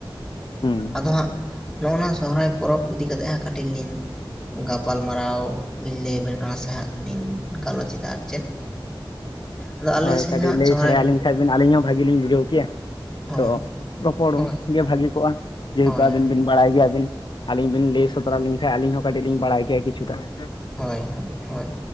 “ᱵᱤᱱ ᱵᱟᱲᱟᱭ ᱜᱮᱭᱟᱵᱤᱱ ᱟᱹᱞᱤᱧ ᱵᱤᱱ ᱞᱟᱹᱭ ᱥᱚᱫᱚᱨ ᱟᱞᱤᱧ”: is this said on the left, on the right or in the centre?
Left